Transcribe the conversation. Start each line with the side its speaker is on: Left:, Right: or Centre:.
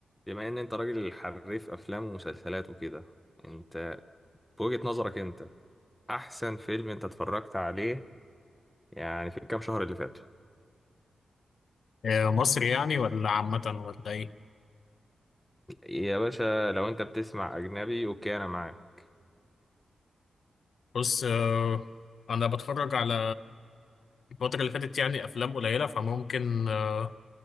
Centre: بما ان انت راجل حريف افلام ومسلسلات وكده انت بوجهة نظرك انت احسن فيلم انت اتفرجت عليه يعني في الكام شهر اللي فاتوا
Left: آه، مصري يعني ولا عامة ولا إيه؟
Centre: يا باشا لو انت بتسمع اجنبي اوكي انا معاك
Left: بص آه، أنا بتفرج على الفترة اللي فاتت يعني أفلام قليلة فممكن آه،